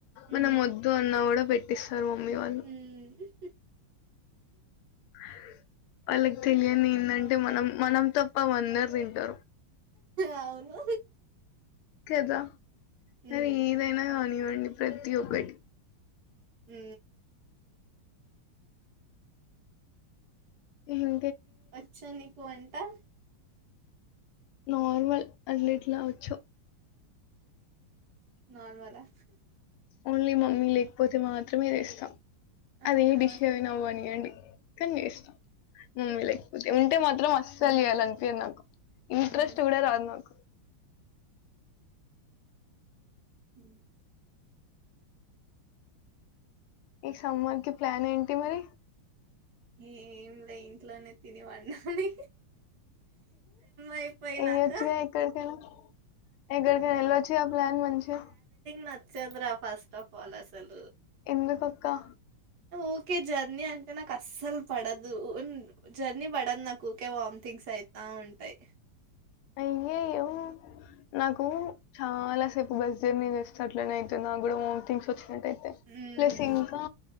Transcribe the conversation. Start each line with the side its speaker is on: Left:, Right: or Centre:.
Right: ఉమ్
Left: మనం వద్దు అన్న గూడా పెట్టి తారు మమ్మీ వాళ్లు
Right: ఉమ్
Left: అ వాళ్ళకి తెలియదు ఏంటంటే అంటే మనం మనం తప్ప అందరు తింటారు
Right: అవును
Left: కదా
Right: ఉమ్
Left: అది ఏదైనా కానీ ప్రతి ఒకటి
Right: హు
Left: ఉహు
Right: అచ్చ నీకు అం త
Left: నార్మల్ అన్నిట్ల వచ్చు
Right: నార్మలా
Left: ఓన్లీ మమ్మీ లేకపోతే మాత్రమేచేస్తా
Right: ఆహా
Left: అది ఏ డిష్ అయిన అవ్వినివ్వండి కని చేస్తం మమ్మీ లేకపోతే ఉంటే మాత్రం అస్సలు
Right: ఆహా
Left: చేయాలనిపియాదు నాకు ఇంట్రెస్ట్
Right: ఆహా
Left: కూడా రాదు నాకు
Right: ఉ
Left: ఈ సమ్మర్ కి ప్లాన్ ఏంటి మరి
Right: ఏ అంటే ఇంట్లోనే తిని వండాలి అయిపోయినాక
Left: ఏ వచ్చుగా ఏక్కడికి పోయనవ్ ఎక్కడికైన ఎల్లోచు గా ప్లాన్ మంచిగ
Right: నచ్చద్రా ఫస్ట్ ఆఫ్ ఆల్ అసల్
Left: ఎందుకక్కా
Right: ఊకే జర్నీ అంటే నాకు అస్సలు పడదు జర్నీ పడదు నాకు ఊకే వామ్థింగ్స్ అయితా ఉంటయి
Left: అయ్య అయ్యో నాకు చాలా సేపు బస్ జర్నీ చేస్తే అట్లనే అయితే నా కూడా వామ్థింగ్స్ వచ్చి నట్టు అయితే
Right: ఉమ్
Left: ప్లెస్ ఇంకా